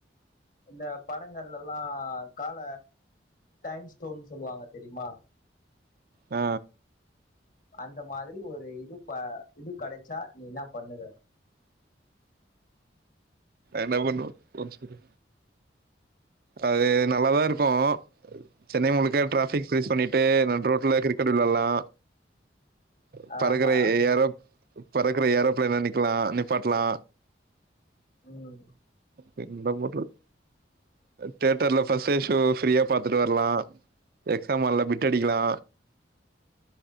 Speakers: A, on the left (about 45°); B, on the right (about 50°).
A: இந்த படங்கள்லலா கால டைம் ஸ்டோன் சொல்லுவாங்க தெரியுமா
B: ஆ
A: அந்த மாரி ஒரு இது ப இது கடைச்சா நீ இன்னா பண்ணுவ
B: என்ன பண்ண அது நல்லாதா இருக்கு சென்னை முழுக்க டிராபிக் ஃபேஸ் பண்ணிட்டே நட்ரோட்டில கிரிக்கெட் வெலாலா ப்பக்கு பறக்கற
A: ஆஹா
B: எ ஏரோப் பறக்கற ஏரோப்ளைனா நிங் க்கலா நிப்பாட்லா
A: ம்
B: வே இந்த போற்றுக்கு தியேட்டர்ல பர்ஸ்டே ஷோ ஃப்ரீயா பாத்துட்டு வரலா எக்ஸாம் ஆள்ல பிட்டு அடிக்கலா